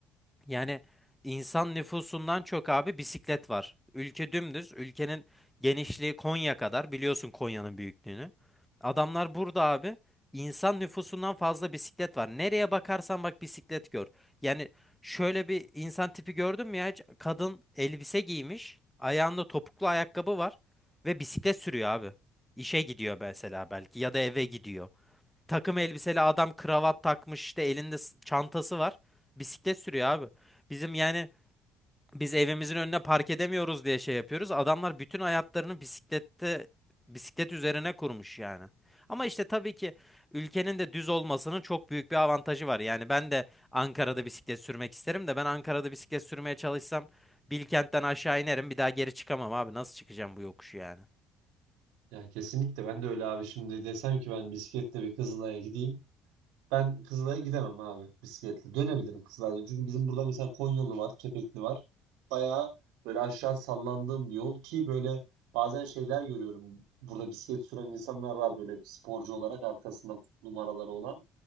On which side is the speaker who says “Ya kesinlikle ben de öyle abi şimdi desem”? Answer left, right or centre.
Right